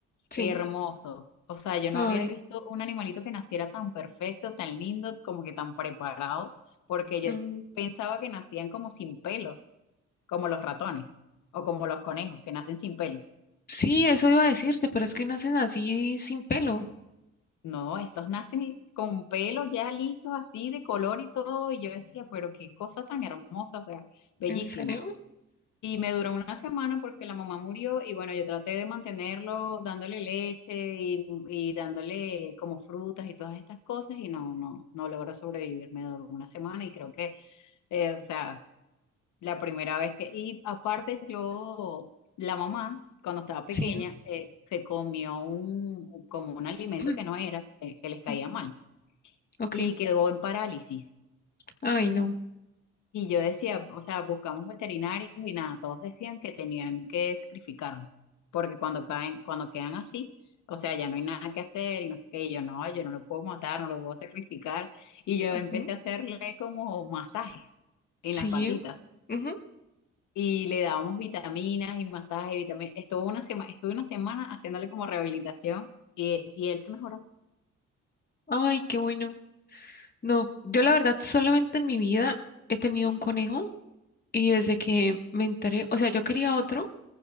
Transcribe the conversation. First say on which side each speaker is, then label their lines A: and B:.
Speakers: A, on the left (about 30°); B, on the left (about 75°).
A: sí.
B: hermoso. O sea, yo no
A: Ay,
B: había visto un animalito que naciera tan perfecto, tan lindo, como que tan preparado, porque yo
A: mm,
B: pensaba que nacían como sin pelo, como los ratones o como los conejos, que nacen sin pelo.
A: sí, eso iba a decirte, pero es que nacen así sin pelo.
B: No, estos nacen con pelo ya listos así de color y todo, y yo decía, pero qué cosa tan hermosa, o sea, bellísimo.
A: ¿En serio?
B: Y me duró una semana porque la mamá murió y bueno, yo traté de mantenerlo dándole leche y, y dándole como frutas y todas estas cosas y no, no, no logró sobrevivir. Me duró una semana y creo que, eh, o sea, la primera vez que, y aparte yo, la mamá, cuando estaba pequeña,
A: Sí.
B: eh, se comió un, como un alimento
A: <clears throat>
B: que no era, eh, que les caía
A: Ujú,
B: mal
A: ok.
B: y quedó en parálisis.
A: Ay, no.
B: Y yo decía, o sea, buscamos veterinarios y nada, todos decían que tenían que sacrificarlo, porque cuando caen, cuando quedan así, o sea, ya no hay nada que hacer, y no sé qué, y yo no, yo no lo puedo matar, no lo puedo sacrificar. Y yo
A: Ujú,
B: empecé a hacerle como masajes en
A: sí.
B: las patitas.
A: Ujú.
B: Y le dábamos vitaminas y masajes y vitaminas. Estuvo una sema estuve una semana haciéndole como rehabilitación y, y él se mejoró.
A: Ay, qué bueno. No, yo la verdad solamente en mi vida he tenido un conejo y desde que me enteré, o sea, yo quería otro,